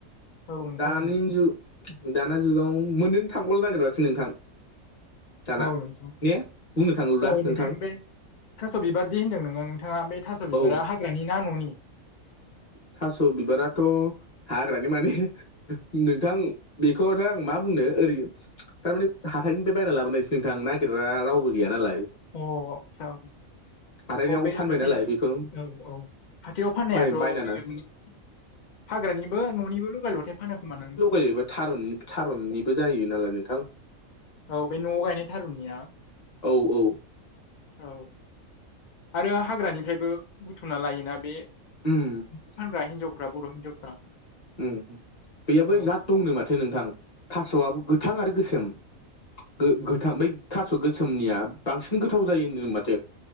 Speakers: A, on the left; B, on the left.
A: औ औ
B: <unintelligible> दाना जुगाव मोननो नो थांबावनो नागेरासो नोंथां दाना
A: औ नोंथां
B: ने बुंनो थाङोब्ला
A: औ
B: नोंथां
A: बे थास' बिबारदि होनदों नोङो नोंथाङा बे थास' बिबारा
B: औ
A: हाग्रानि ना न'नि
B: थास' बिबाराथ' हाग्रानि माने नोंथां बेखौ आरो आं मा बुंनो ओरै थारमाने हाथाइनिफ्राय बायना लाबोनायसो नोंथां नागिरग्रा रावबो गैया नालाय
A: अ आदसा
B: हाथाइनियाव
A: औ बे
B: फानबाय
A: हाथायाव
B: नालाय बेखौ
A: औ औ हाथायाव फाननायाथ'
B: फान बायनानै
A: <unintelligible> हाग्रानिबो न'निबो लगाय लथाय फानो खोमादां
B: बेबो थारुननि थारुननिबो जायो नालाय नोंथां
A: औ बे न'आव गायनाय थारुननिया
B: औ औ
A: औ आरो हाग्रानिफ्रायबो बुथुमना लायोना बे
B: उम
A: फानग्रा हिनजावफ्रा बर' हिनजावफ्रा
B: <unintelligible> बैयाबो
A: औ
B: जत दंनो माथो नोंथां थास'आबो गोथां आरो गोसोम गो गोथां बै थास' गोसोमनिया बांसिन गोथाव जायो होनो माथो